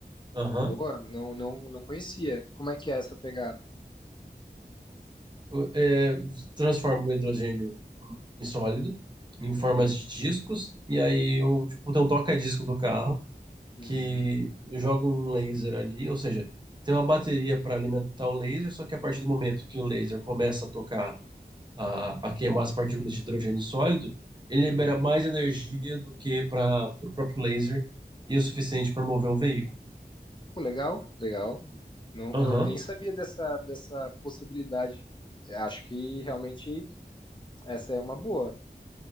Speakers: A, on the right; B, on the left.
A: Aham.
B: Boa, não, não, não conhecia. Como é que é essa pegada?
A: O- é, transforma o hidrogênio em sólido, em formas
B: Uhum,
A: de discos, e aí eu, tipo, tem um toca-disco do carro,
B: uhum,
A: que joga um laser ali, ou seja, tem uma bateria para alimentar o laser, só que a partir do momento que o laser começa a tocar, a, a queimar as partículas de hidrogênio sólido, ele
B: uhum.
A: libera mais energia do que para o próprio laser e o suficiente para mover um veículo.
B: Pô, legal, legal. Não,
A: Aham.
B: não, nem sabia dessa, dessa possibilidade. É, Acho que realmente essa é uma boa.